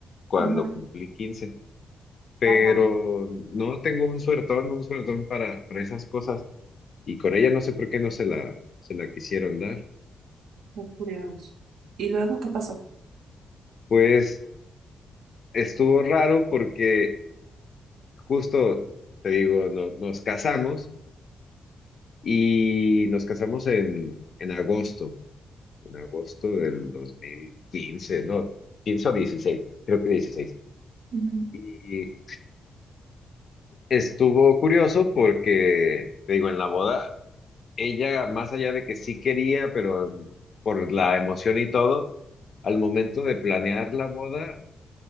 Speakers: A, on the left; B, on the right.
A: cuando
B: ujú.
A: cumplí 15, pero
B: Ajá,
A: no tengo un suertón, un suertón para, para esas cosas, y con ella no sé por qué no se la, se la quisieron dar.
B: qué curioso. ¿Y luego qué pasó?
A: Pues estuvo raro porque justo, te digo, no- nos casamos y nos casamos en, en agosto, en agosto del 2015 no, 15 o dieciséis creo que dieciséis
B: Ujú,
A: Y estuvo curioso porque, te digo, en la boda, ella, más allá de que sí quería, pero por la emoción y todo, al momento de planear la boda,